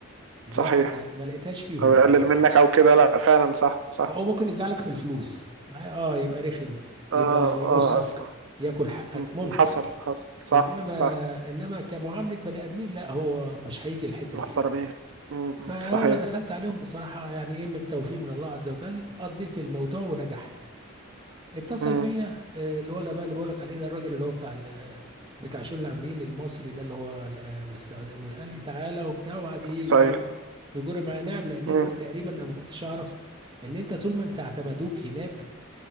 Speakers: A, on the right; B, on the right.
A: لا
B: صحيح
A: ما, ما لقيتهاش فيهم
B: او يقلل
A: يعني بصراحه
B: منك او كده لا فعلا صح صح
A: هو ممكن يزعلك في الفلوس معاه- اه يبقى رخم
B: اه
A: يبقى يقصك
B: اه اسمع
A: ياكل حقك
B: مم.
A: ممكن
B: حصل حصل صح
A: انما
B: صح
A: انما كمعامله بني ادمين لا هو مش هيجي الحته
B: محترمين
A: دي يعني
B: مم.
A: فهو
B: صحيح
A: دخلت عليهم بصراحه يعني ايه من توفيق من الله عز وجل قضيت الموضوع ونجحت اتصل
B: مم.
A: بيا آه، الولا بقى اللي بقولك عليه ده الراجل اللي هو بتاع ال- بتاع شؤون العاملين المصري ده اللي هو ال- آه، مس- قال لي تعالى وبتاع وقعد ايه
B: صحيح
A: يجر يجر معايا نعم لان
B: مم.
A: انت تقريبا انا ما كنتش اعرف ان انت طول ما انت اعتمدوك هناك